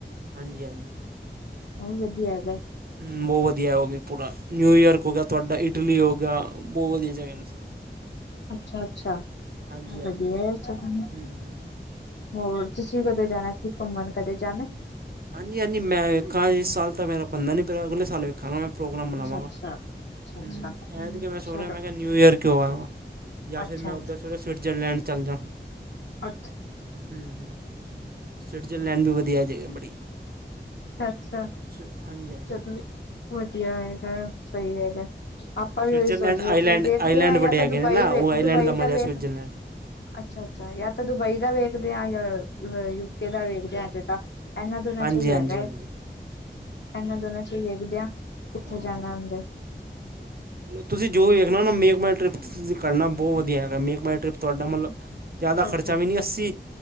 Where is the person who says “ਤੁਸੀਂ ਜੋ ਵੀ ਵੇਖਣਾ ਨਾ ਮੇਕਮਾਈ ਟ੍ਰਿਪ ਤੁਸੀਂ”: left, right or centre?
Right